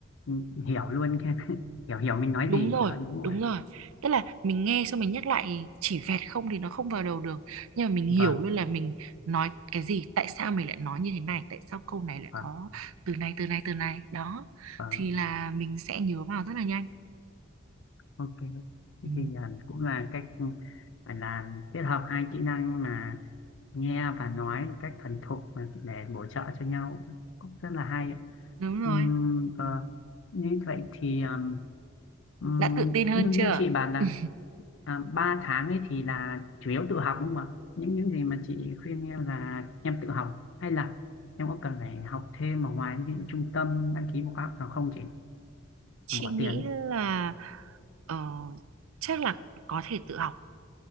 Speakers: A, on the left (about 65°); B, on the right (about 85°).
A: ừ, hiểu luôn cái <laughs> hiểu hiểu mình nói
B: đúng
A: gì
B: rồi,
A: đó đúng không
B: đúng
A: ạ
B: rồi. Tức là mình nghe xong mình nhắc lại chỉ vẹt không thì nó không vào đầu được, nhưng mà mình hiểu
A: vâng
B: luôn là mình nói cái gì, tại sao mình lại nói như thế này, tại sao câu này lại
A: vâng
B: có từ này từ này từ này. Đó,
A: vâng
B: thì là mình sẽ nhớ vào rất là nhanh.
A: Ok,
B: Ừ,
A: thì à, cũng là cách ừ, phải là kết hợp hai kỹ năng mà nghe và nói một cách thuần thục mà để bổ trợ cho nhau cũng rất là hay ạ.
B: đúng rồi.
A: Ừm, vâng. Như vậy thì ừm, ừm,
B: đã tự tin hơn
A: như như
B: chưa
A: chị bảo là
B: <laughs>
A: à, ba tháng ấy thì là chủ yếu tự học đúng không ạ? Những những gì mà chị khuyên em là em tự học hay là em có cần phải học thêm ở ngoài những trung tâm đăng ký một khóa học nào không chị?
B: Chị
A: Bỏ
B: nghĩ
A: tiền
B: là ờ, chắc là có thể tự học